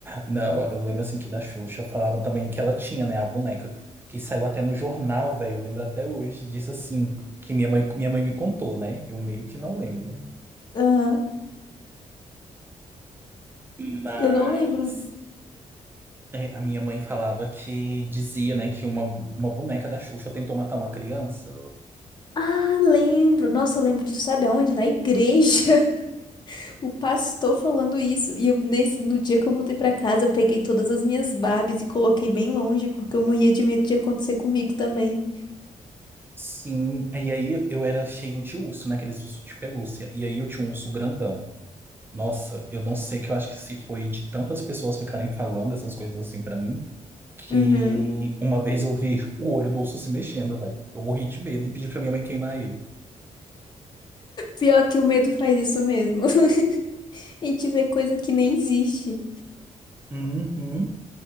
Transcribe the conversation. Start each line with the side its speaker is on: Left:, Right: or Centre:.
Right: Não, eu lembro assim que da Xuxa falava também que ela tinha, né, a boneca que saiu até no jornal, velho. Eu lembro até hoje, disse assim, que minha mãe, minha mãe me contou, né? Eu meio que não lembro.
Left: Aham.
Right: Mas
Left: Eu não lembro.
Right: É, A minha mãe falava que dizia, né, que uma, uma boneca da Xuxa tentou matar uma criança.
Left: Ah, lembro. Nossa, eu lembro disso, sabe aonde? Na igreja. O pastor falando isso, e eu nesse no dia que eu voltei pra casa, eu peguei todas as minhas Barbies e coloquei bem longe, porque eu morria de medo de acontecer comigo também.
Right: Sim, e aí eu era cheio de urso, né, aqueles ursos de pelúcia. E aí eu tinha um urso grandão. Nossa, eu não sei que eu acho que se foi de tantas pessoas ficarem falando essas coisas assim pra mim, que
Left: Uhum.
Right: uma vez eu vi o olho do urso se mexendo, velho. Eu morri de medo e pedi pra minha mãe queimar ele.
Left: Pior que o medo faz isso mesmo. <laughs> A gente vê coisa que nem existe.
Right: Uhum.